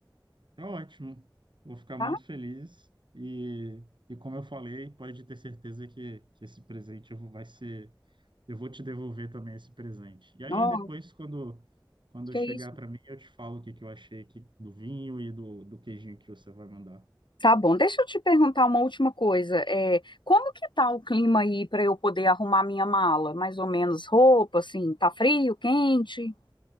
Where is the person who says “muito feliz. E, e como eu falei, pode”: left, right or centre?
Right